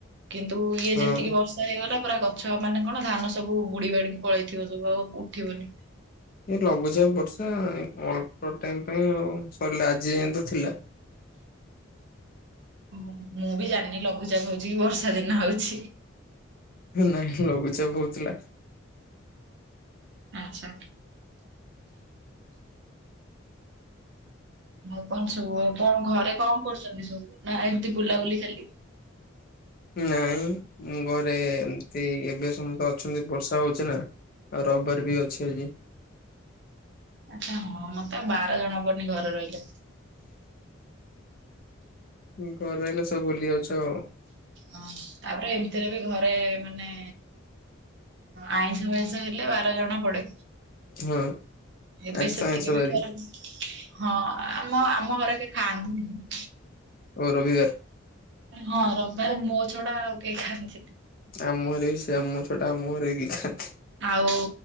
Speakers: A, on the right; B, on the left.
A: କିନ୍ତୁ ଇଏ
B: ହୁଁ ହଁ
A: ଯେତିକି ବର୍ଷା। ଗ ହେଇଗଲା ପୁରା ଗଛ ମାନେ କଣ ଧାନ ସବୁ ବୁଡି ବାଡିକି ପଳେଇଥିବ ସବୁ ଆଉ ଉଠିବନି।
B: <inaudible> ଏ ଲଘୁଚାପ ବର୍ଷା ଅଳ୍ପ ଟାଇମ୍ ପାଇଁ ଆଉ ସରିଲା ଆଜି ଯିଏ ତ ଥିଲା।
A: ହୁଁ ମୁଁ ବି ଜାଣିନି ଲଘୁଚା ହଉଛି ବର୍ଷା ଦିନେ। ହଉଛି।
B: ନାଇଁ ଲଘୁଚାପ ହଉଥିଲା।
A: ଆଚ୍ଛା। ଆଉ କଣ ସବୁ କଣ ଘରେ କଣ କରୁଛନ୍ତି ସବୁ ନା ଏମତି ବୁଲାବୁଲି ଖାଲି?
B: ନାଇଁ ଘରେ ଏମତି ଏବେ ସମସ୍ତେ ଅଛନ୍ତି ବର୍ଷା ହଉଛି ନା ଆଉ ରବିବାର ବି ଅଛି ଆଜି।
A: ଆଚ୍ଛା ହଁ ମତେ ବାର ଜଣ ପଡୁନି ଘରେ ରହିଲେ।
B: ଉଁ, ଘର ହେଲେ ସବୁ ଭୁଲି ଯାଉଛ।
A: ହଁ ତାପରେ ଏମିତିରେ ବି ଘରେ ମାନେ ଆଇଁଷ ମାଇଁଷ ହେଲେ ବାର ଜଣା ପଡେ।
B: ହଁ।
A: ଏବେ
B: ଆଜି
A: ସେତିକି
B: ତ ଆଇଁଷ
A: ବି
B: ବାରି
A: ଘର ହଁ ଆମ ଆମ ଘରେ କେ ଖାଆନ୍ତିନି।
B: ଓ ରବିବାର।
A: ହଁ ରବବାର ମୋ ଛଡା ଆଉ କେହି ଖାଆନ୍ତିନି।
B: ଆମ ଘରେ ବି ସେ ଆମ ଛୋଟା ଆମ ଘରେ କିଏ ଖାଆନ୍ତିନି।
A: ଆଉ